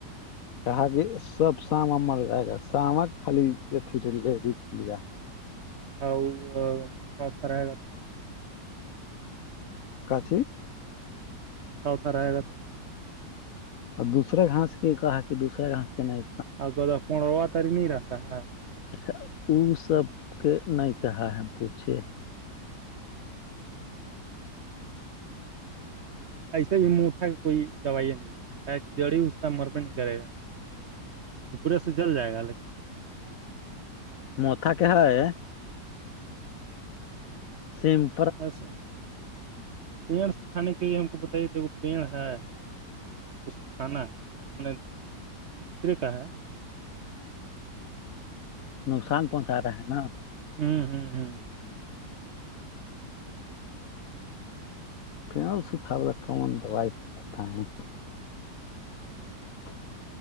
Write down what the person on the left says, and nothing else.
کہا کہ سب ساما مر جائے گا سامک خالی اھی ڈی لیا-
کاچ
اور دوسر گاس کی کہا کی دوسرا گاس کینا-
اچھا ا سب کے نہیں کہا ہے پوچھے ہیں-
مت کہ ہے سیم-
نقصان پہنچا رہا ہے نا-
پ سکھاءا کون دوائی بتیں- ہاں